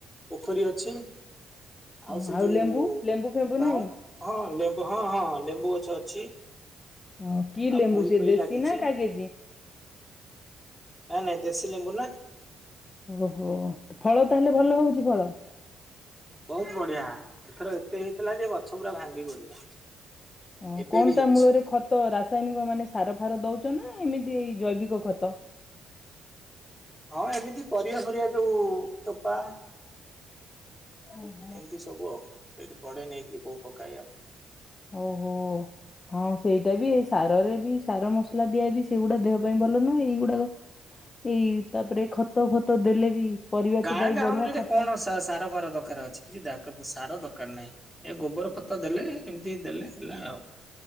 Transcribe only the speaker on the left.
ହଁ
ଲେମ୍ବୁ ଲେମ୍ବୁ ଫେମ୍ବୁ
ନାହିଁ?
ହଁ କି
ଲେମ୍ବୁ
ସେ
ଦେଶୀ
ନା କାଗେଜି?
ଓହୋ, ଫଳ ତାହେଲେ ଭଲ ହଉଚି ଫଳ?
ଓ
କଣ
ତା ମୂଳରେ ଖତ ରାସାୟନିକ ମାନେ ସାର ଫାର ଦଉଛ ନା ଏମିତି ଏଇ ଜୈବିକ ଖତ?
ହଁ।
ଓହୋ। ହଁ। ସେଇଟା ବି ଏ ସାରରେ ବି ସାର ମସଲା ଦିଆ ବି ସେଇଗୁଡା ଦେହ ପାଇଁ ଭଲ ନୁହଁ, ଏଇଗୁଡାକ ଏଇ ତାପରେ ଖତ ଫତ ଦେଲେ ବି ପରିବା
ଚୋପା ବି
ବଢିଆ ଖତ